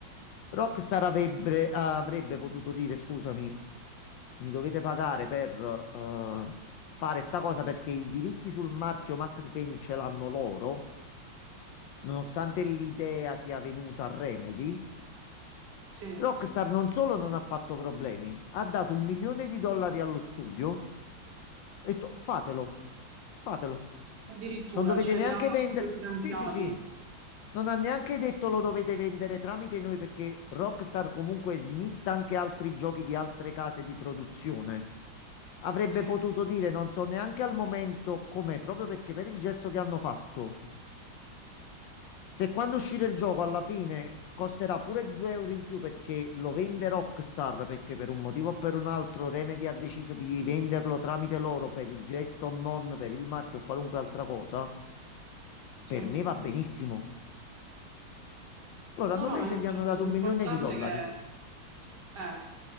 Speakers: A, on the left; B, on the right.
A: Rockstar avrebbe, avrebbe potuto dire, scusami, mi dovete pagare per eh, fare sta cosa perché i diritti sul marchio Max Payne ce l'hanno loro, nonostante l'idea sia venuta a Remedy.
B: Sì.
A: Rockstar non solo non ha fatto problemi, ha dato un milione di dollari allo studio e ho detto, fatelo, fatelo.
B: Addirittura
A: Non dovete
B: ce
A: neanche
B: li ha
A: vendere.
B: finanziati.
A: Sì, sì, sì. Non ha neanche detto lo dovete vendere tramite noi perché Rockstar comunque smissa anche altri giochi di altre case di produzione. Avrebbe
B: Sì,
A: potuto dire, non so neanche al momento com'è, proprio perché per il gesto che hanno fatto. Se quando uscirà il gioco alla fine costerà pure 2 euro in più perché lo vende Rockstar, perché per un motivo o per un altro Remedy ha deciso di venderlo tramite loro per il gesto o non per il marchio o qualunque altra cosa,
B: sì.
A: per me va benissimo. Loro
B: No,
A: hanno
B: no,
A: preso
B: ma infatti
A: e gli hanno dato
B: l'importante
A: un milione di dollari.
B: è che Eh,